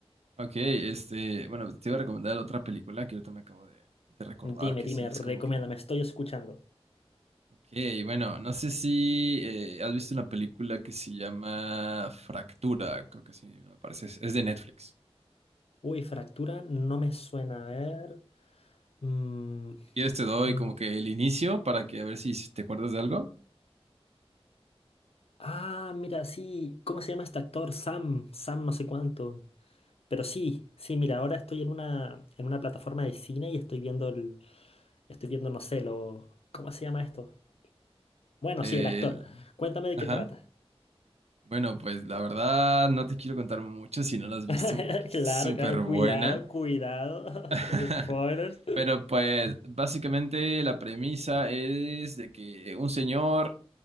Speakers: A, on the right; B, on the left.
A: ok, este, bueno, te iba a recomendar otra película que ahorita me acabo de, de recordar,
B: Dime,
A: que
B: dime,
A: sí es
B: recomiéndame,
A: como que
B: estoy escuchando.
A: Ok, bueno, no sé si eh, has visto una película que se llama Fractura, creo que sí, me parece, es es de Netflix.
B: Uy, fractura, no me suena a ver. Mm,
A: Si quieres te doy
B: mm,
A: como que el inicio para que a ver si, si te acuerdas de algo.
B: Ah, mira, sí. ¿Cómo se llama este actor? Sam, Sam no sé cuánto. Pero sí, sí, mira, ahora estoy en una, en una plataforma de cine y estoy viendo el, estoy viendo, no sé, lo, ¿cómo se llama esto? Bueno,
A: El-
B: sí, el actor. Cuéntame de
A: ajá.
B: qué trata.
A: Bueno, pues la verdad no te quiero contar mucho si no la
B: <laughs>
A: has visto porque es
B: Claro,
A: súper
B: claro, cuidado,
A: buena.
B: cuidado
A: <laughs>
B: <laughs> con los spoilers.
A: Pero pues básicamente la premisa es de que un señor